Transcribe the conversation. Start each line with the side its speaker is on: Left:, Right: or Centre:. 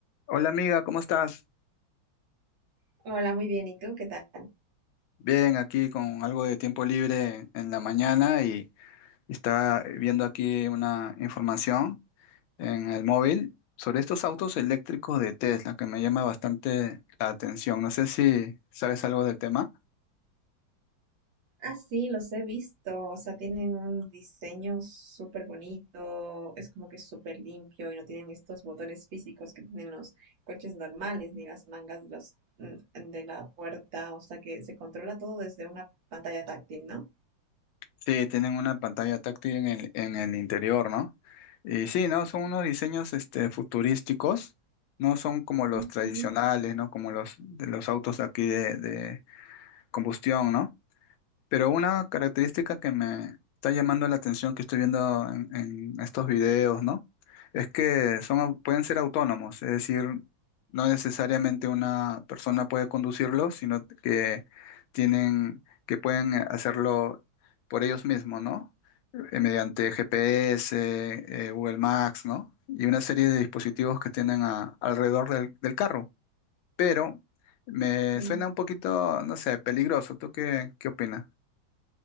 Left: Hola amiga, ¿cómo estás?
Right: Hola, muy bien. ¿Y tú qué tal?
Left: Bien, aquí con algo de tiempo libre en la mañana y, y está viendo aquí una información en el móvil sobre estos autos eléctricos de Tesla que me llama bastante la atención. No sé si sabes algo del tema.
Right: Ah, sí, los he visto. O sea, tienen un diseño súper bonito. Es como que súper limpio y no tienen estos botones físicos que tienen los coches normales ni las mangas de los mm, de la puerta. O sea, que se controla todo desde una pantalla táctil, ¿no?
Left: Sí, tienen una pantalla táctil en el, en el interior, ¿no? Y sí, ¿no? Son unos diseños este, futurísticos, no son como los
Right: Ujú,
Left: tradicionales, ¿no? Como los de los autos aquí de, de combustión, ¿no? Pero una característica que me está llamando la atención que estoy viendo en, en estos videos, ¿no? Es que son, au- pueden ser autónomos, es decir, no necesariamente una persona puede conducirlos, sino que tienen, que pueden eh, hacerlo por ellos mismos, ¿no? Eh, mediante GPS, eh, Google Maps, ¿no? Y una serie de dispositivos que tienen a- alrededor del del carro. Pero me
Right: sí.
Left: suena un poquito, no sé, peligroso. ¿Tú qué, qué opinas?